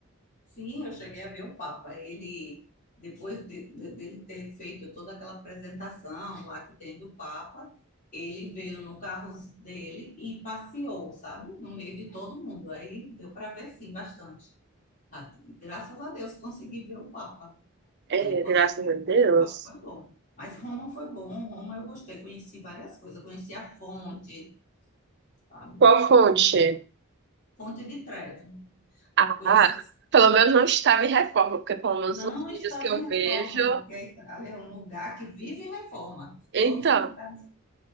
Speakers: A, on the left (about 40°); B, on the right (about 55°).
A: sim, eu cheguei a ver o Papa. Ele, depois de, de- dele ter feito toda aquela apresentação lá que tem do Papa, ele veio no carro dele e passeou, sabe? No meio de todo mundo. Aí deu para ver, sim, bastante. Ah, Graças a Deus consegui ver o Papa.
B: É,
A: né? Posso
B: graças
A: dizer
B: a Deus.
A: que o papo foi bom. Mas Roma foi bom, Roma eu gostei, conheci várias coisas, conheci a fonte, sabe?
B: Qual fonte?
A: De- Fonte de Trevi.
B: Ah,
A: Conheci,
B: pelo menos não estava em reforma, porque pelo menos
A: não
B: nos vídeos
A: estava
B: que eu
A: em
B: vejo.
A: reforma, porque ali é um lugar que vive em reforma.
B: Então,
A: Todos os lugares